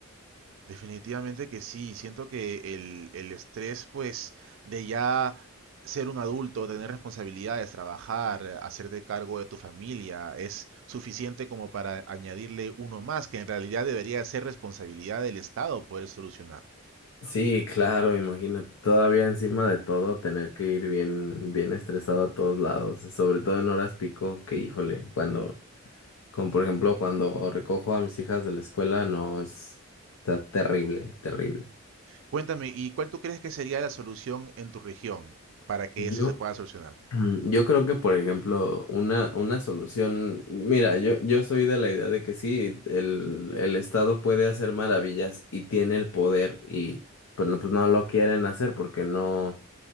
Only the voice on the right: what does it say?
Definitivamente que sí, siento que el, el estrés, pues, de ya ser un adulto, tener responsabilidades, trabajar, eh, hacerte cargo de tu familia, es suficiente como para añadirle uno más, que en realidad debería ser responsabilidad del Estado poder solucionar.
Cuéntame, ¿y cuál tú crees que sería la solución en tu región para que
eso se pueda solucionar?